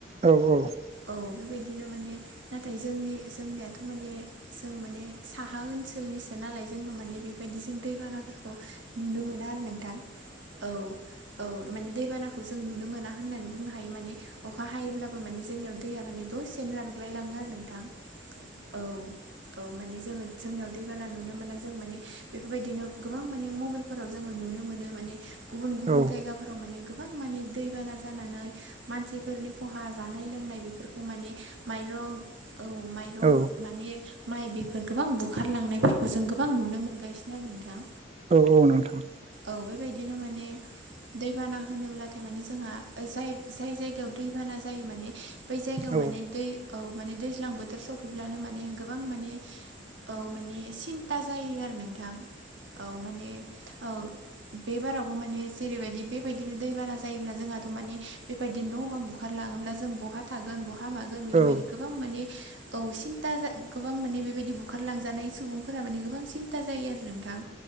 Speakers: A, on the right; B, on the right.
A: औ औ।
B: औ बेबायदिनो माने। नाथाय जोंनि जोंनियाथ माने जों माने साहा ओनसोलनिसो नालाय। जोनो माने बेफोरबायदि जों दै बानाफोरखौ नुनो मोना आरो नोंथां औ। औ माने दैबानाखौ जों नुनो मोना होननानै बुंनो हायो माने। अखा हायोब्लाबो माने जोंनियाव दैया माने दसेनो रानग्लायलाङो आरो नोंथां। औ औ माने जोङो जोंनियाव दैबाना नुनो मोना जों माने बेफोरबायदिनो गोबां माने मबाइल जोंङो नुनो मोनो माने गुबुन गुबुन
A: औ
B: जाया फोराव माने गोबां माने दैबाना जानानै। मानसिफोरनि खहा जानाय लोंनाय बेफोरखौ माने माइरं। औ माइरं
A: औ
B: माने माइ बेफोर गोबां बुखारलांनायफोरखौ जों। बां नुनो मोनगासिनो आरो नोंथां।
A: औ औ नोंथां।
B: औ बेबायदिनो माने। दैबाना होनोब्लाथाय माने जोंहा जाय जाय जायगायाव दैबाना जायो माने। बै जायगायाव
A: औ
B: माने दै। औ माने दैज्लां बोथोर सफैब्लानो माने गोबां माने औ माने सिन। था जायो आरो नोंथां औ माने औ। बेबारावबो माने जेरैबायदि बेबायदिनो दैबाना जायोब्ला जोंहाथ माने बेबायदि न बां बुख। खारलाङोब्ला जों बहा थागोन बहा मा गोन बेफोर
A: औ
B: बादि गोबां माने औ सिन्था जा गोबां माने बेबायदि बुखारलांजानाय सुबुं। फोरा माने गोबां सिन्था जायो आरो नोंथां।